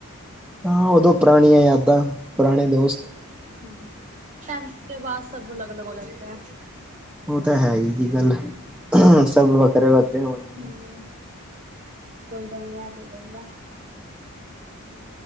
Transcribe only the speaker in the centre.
ਹਾਂ, ਉਦੋਂ ਦੀਆਂ ਪੁਰਾਣੀਆਂ ਯਾਦਾਂ ਤੇ ਪੁਰਾਣੇ ਦੋਸਤ।
ਉਹ ਤਾਂ ਹੈ ਹੀ ਜੀ, ਗੱਲ ਸਭ ਵੱਖਰੇ-ਵੱਖਰੇ ਹੋ ਜਾਂਦੇ।